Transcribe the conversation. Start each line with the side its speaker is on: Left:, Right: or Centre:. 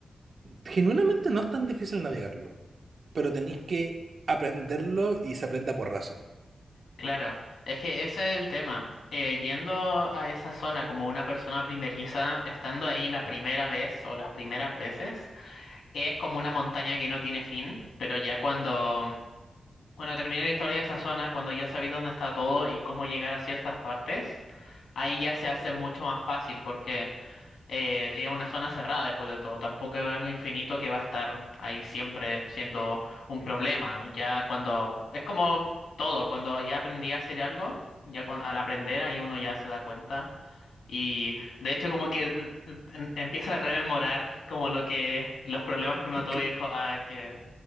Right: genuinamente no es tan difícil navegarlo, pero tenéis que aprenderlo y se aprende a porrazo.
Left: Claro, es que ese es el tema. Eh, yendo a esa zona como una persona primeriza, estando ahí la primera vez o las primeras veces, Es como una montaña que no tiene fin, pero ya cuando, cuando terminé la historia de esa zona, cuando ya sabí dónde está todo y cómo llegar a ciertas partes, ahí ya se hace mucho más fácil porque eh, es una zona cerrada después de todo, tampoco es algo infinito que va a estar ahí siempre siendo un problema. Ya cuando, es como todo, cuando ya aprendí a hacer algo, ya cuan- al aprender ahí uno ya se da cuenta y de hecho como que eh, em- empieza a rememorar como lo que los problemas que uno tuvo
Right: Cre-
Left: y dijo, ah, que